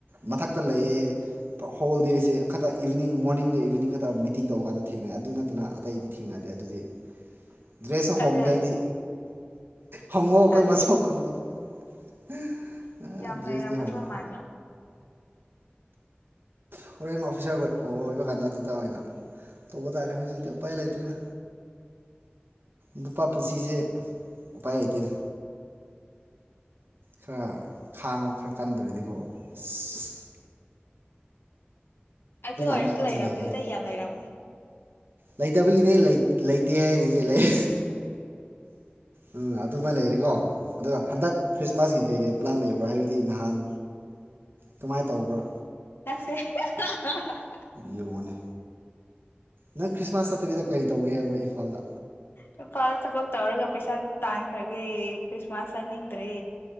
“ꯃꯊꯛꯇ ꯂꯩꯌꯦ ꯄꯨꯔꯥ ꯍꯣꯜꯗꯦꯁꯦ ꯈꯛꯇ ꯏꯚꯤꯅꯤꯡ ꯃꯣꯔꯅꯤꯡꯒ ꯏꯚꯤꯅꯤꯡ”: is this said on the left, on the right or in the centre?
Right